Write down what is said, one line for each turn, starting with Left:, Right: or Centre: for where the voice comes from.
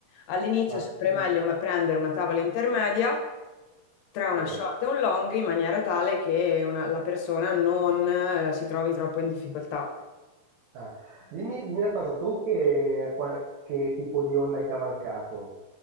Left: All'inizio
Right: Ma
Left: è sempre
Right: dimmi.
Left: meglio ma- prendere una tavola intermedia tra una
Right: Sì.
Left: short e un long in maniera tale che una- la persona non eh, si trovi troppo in difficoltà.
Right: Ah, dimmi, dimmi una cosa, tu che, qua- che tipo di onda hai cavalcato?